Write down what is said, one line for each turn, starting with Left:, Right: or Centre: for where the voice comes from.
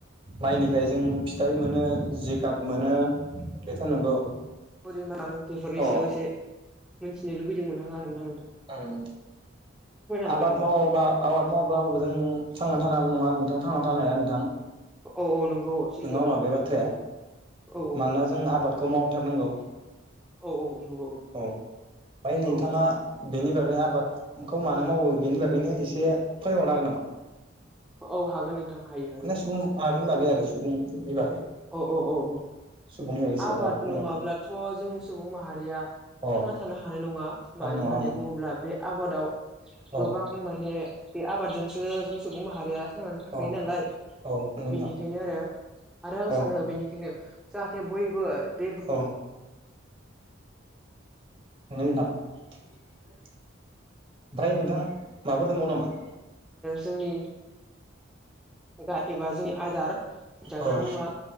Right: माइनिफ्राय जों फिथाइ मोनो जिगाब मोनो बेथ' नंगौ।
Centre: परिमालाबो बेफोरनि
Right: अ
Centre: सायाव एसे मिथिनो लुबैदोंमोन आं आरोना नों
Right: आरो
Centre: हागोन
Right: आबाद
Centre: नामा
Right: मावाबा आबाद मावाब्लाबो जों थांना थानो हानाय नङा नोंथां ।थांना थानो हाया नोंथां
Centre: औ औ नंगौ औ सैथो
Right: नङा होमबा बे बाथ्राया?
Centre: औ
Right: मानोना जों आबादखौ मावथारनांगौ।
Centre: औ औ नंगौ
Right: औ ओमफ्राय नोंथाङा
Centre: औ
Right: बेनि बागै आबादखौ मानो मावो बेनि बागैनो एसे फोरोंबावनो हांगोन नामा
Centre: औ हागोन नोंथां हायो।
Right: माने सुबुं माहारिनि बागै आरो सुबुंनि बागै
Centre: औ औ औ औ
Right: सुबुंनि बागै एसे
Centre: आबाद
Right: औ फोरमाय
Centre: नङाब्लाथ' जों सुबुं माहारिया
Right: अ
Centre: थांना थानो हानाय नङा
Right: हानाय
Centre: मानो
Right: नङा
Centre: होननानै
Right: आं
Centre: बुङोब्ला बे आबादाव
Right: अ
Centre: गोबां माने बे आबादजोंसो जों सुबुं माहारिया थांना थाखायो
Right: अ
Centre: नालाय
Right: औ नंगौ नोंथां
Centre: बेनिखायनो आरो आरो आं
Right: औ
Centre: सानो बेनिखायनो जाहाथे बयबो बे
Right: औ <unintelligible> ओमफ्राय नोंथां माबाफोर दंबावो नामा?
Centre: जोंनि गा एबा जोंनि आदार जाग्रा
Right: औ
Centre: मुवा